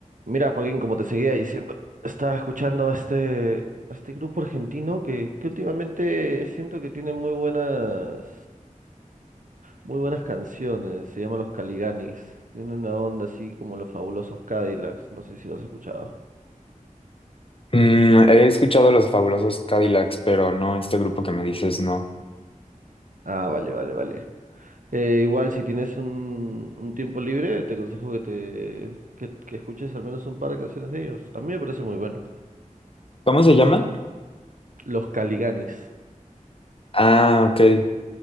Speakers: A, on the right; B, on the left.
A: Mira, Joaquín, como te seguía diciendo, estaba escuchando a este, a este grupo argentino que, que últimamente siento que tiene muy buenas, muy buenas canciones. Se llama Los Caliganis. Tiene una onda así como los fabulosos Cadillacs. No sé si los has escuchado.
B: Mm, he escuchado los fabulosos Cadillacs, pero no, este grupo que me dices no.
A: Ah, vale, vale, vale. Eh, igual, si tienes un, un tiempo libre, te aconsejo que te que, que escuches al menos un par de canciones de ellos. A mí me parece muy bueno.
B: ¿Cómo se llama?
A: Los Caliganis.
B: Ah, ok.